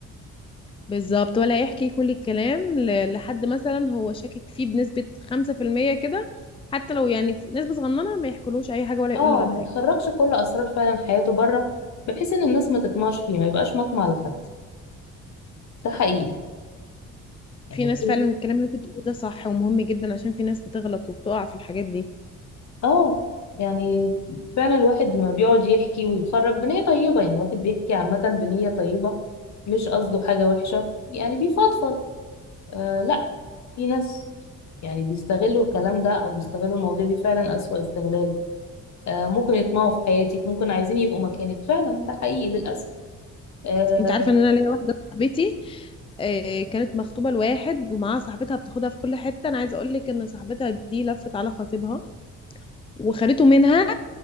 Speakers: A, on the left; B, on the left.
A: بالظبط ولا يحكي كل الكلام ل- لحد مثلا هو شاكك فيه بنسبه 5% كده حتى لو يعني في نسبه صغننه ما يحكولوش اي حاجه ولا
B: اه
A: يقول له على
B: ما
A: حاجه
B: يخرجش كل أسرار فعلا حياته بره بحيث إن الناس ما تطمعش فيه ما يبقاش مطمع لحد ده حقيقي يعني
A: في ناس فعلا الكلام اللي انت بتقوله ده صح ومهم جدا عشان في ناس بتغلط وبتقع في الحاجات دي
B: اه يعني فعلا الواحد لما بيقعد يحكي ويخرج بنية طيبة يعني الواحد بيحكي عامة بنية طيبة مش قصده حاجة وحشة يعني بيفضفض آه لا في ناس يعني بيستغلوا الكلام ده أو بيستغلوا المواضيع دي فعلا أسوأ استغلال آه ممكن يطمعوا في حياتك ممكن عايزين يبقوا مكانك فعلا ده حقيقي للأسف آه
A: انت عارفه ان انا ليا واحده صاحبتي آه، كانت مخطوبه لواحد ومعاها صاحبتها بتاخدها في كل حته انا عايزه اقول لك ان صاحبتها دي لفت على خطيبها وخدته منها